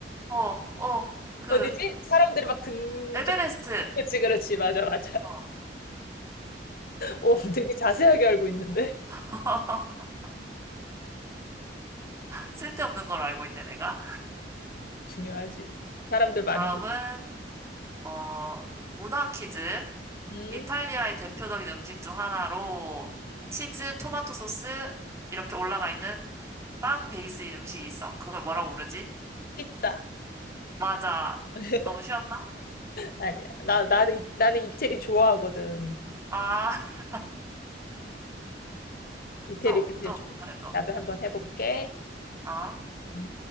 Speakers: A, on the right (about 15°); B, on the left (about 55°).
A: 어, 어, 그
B: 어디지? 사람들이 막 등장.
A: 에베레스트.
B: 그렇지, 그렇지. 맞아, 맞아.
A: 어.
B: 오 되게 자세하게 알고 있는데.
A: <laughs> 쓸데없는 걸 알고 있네 내가.
B: 중요하지. 사람들 많이
A: 다음은
B: 올.
A: 어, 문화 퀴즈.
B: 음,
A: 이탈리아의 대표적인 음식 중 하나로 치즈, 토마토 소스 이렇게 올라가 있는 빵 베이스인 음식이 있어. 그걸 뭐라고 부르지?
B: 피자.
A: 맞아.
B: <laughs>
A: 너무 쉬웠나?
B: 아니야. 나, 나는, 이- 나는 이태리 좋아하거든.
A: 아, <laughs>
B: 이태리가
A: 또,
B: 제일
A: 또
B: 좋아.
A: 다른 거.
B: 나도 한번 해볼게.
A: 아,
B: 음.